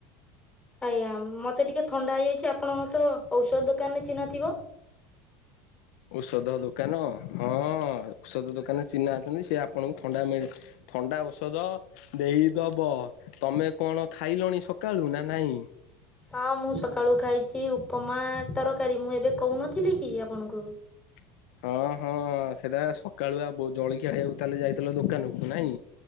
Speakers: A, on the left; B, on the left.
A: ଆଜ୍ଞା ମତେ ଟିକେ ଥଣ୍ଡା ହେଇଯାଇଛି ଆପଣଙ୍କ ତ ଔଷଧ ଦୋକାନ ରେ ଚିହ୍ନ ଥିବ।
B: ଔଷଧ ଦୋକାନ ହଁ ଔଷଧ ଦୋକାନ ଚିହ୍ନା ଅଛନ୍ତି ସେ ଆପଣଙ୍କୁ ଥଣ୍ଡା ମିଳେ ଥଣ୍ଡା ଔଷଧ ଦେଇଦବ ତମେ କଣ ଖାଇଲଣି ସକାଳୁ ନା ନାଇଁ।
A: ହଁ ମୁଁ ସକାଳୁ ଖାଇଛି ଉପମା ତରକାରୀ ମୁଁ ଏବେ କହୁନଥିଲି କି ଆପଣଙ୍କୁ।
B: ହ। ହଁ ହଁ ସେଟା ସକାଳୁ ଆଉ ଜଳଖିଆ ହେଇକୁ ତାହେଲେ ଯାଇଥିଲ ଦୋକାନକୁ ନାଇଁ।